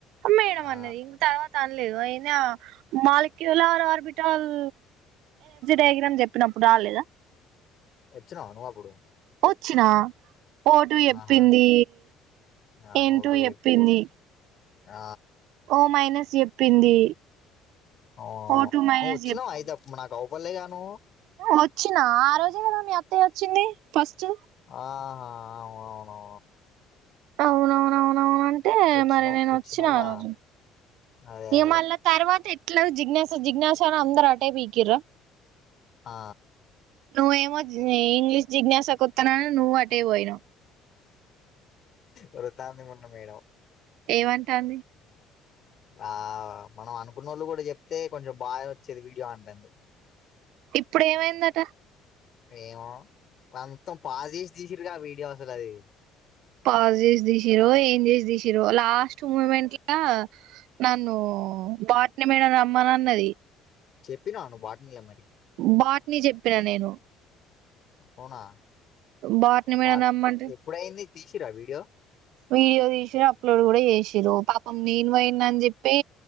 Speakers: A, on the right; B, on the left.
A: మేడం
B: ఆ
A: అన్నది ఇం తర్వాత అయినా మాలిక్యూల ఆర్బిటాల్ డేగనం చెప్పినప్పుడు రాలే
B: వచ్చిన నువ్వు అప్పుడు
A: వచ్చిన ఓటు చెప్పింది
B: ఆహా ఆ
A: ఏంటూ
B: అవుడు
A: చెప్పింది
B: ఆ
A: ఓ మైనస్ చెప్పింది
B: ఆ
A: ఓ టూ మైనస్
B: ను వచ్చిన ఐద నాకు ఒకళగాను
A: వచ్చినా ఆ రోజే కదా మీ అత్తయ్య వచ్చింది ఫస్ట్
B: ఆహా అవు అవునువువును
A: అవునవునవునవు అంటే
B: వచ్చినావు
A: మరి నేను
B: వచ్చినావుగా
A: వచ్చిన ఆ రోజు
B: అదే
A: ఈ
B: అదే
A: మళ్ళ తర్వాత ఎట్లా జిజ్ఞాస జిజ్ఞాసన అందర్ ఆటే బకిరా
B: ఆ
A: ను ఏమ ఇంగ్లిష్ జిజ్ఞాసాకుతున్నా ను్ వాటేవయన
B: ఒక తామి మన్న మేడం
A: ఏమంటాంది
B: ఆ మనం అనుకున్న వాళ్ళు కూడా చెప్తే కొంచెం బాగా వచ్చేది వీడియో అంటేంది
A: ఇప్పుడు ఏమైందట
B: ఏమో వా అంతం పాస్ చేసి తీసిరగా వీడియో అసలు అది
A: పాజ్ చేసి తీసిరో ఏం చేసి తీసిరో లాస్ట్ మూమెంట్ల నన్ను బట్ని మేడ రమ్మను అన్నది
B: చెప్పినాను వాటినిలా మరి
A: వాటిని చెప్పినా నేను
B: పోనా
A: బాట్ని మేడం
B: బా
A: రమ్మంటే
B: ఎప్పుడయింది తీసిరా వీడియో
A: వీడియో తీసిర్ అప్లోడ్ కూడా చేసిర్ పాపం నేను పోయిన అని చెప్పి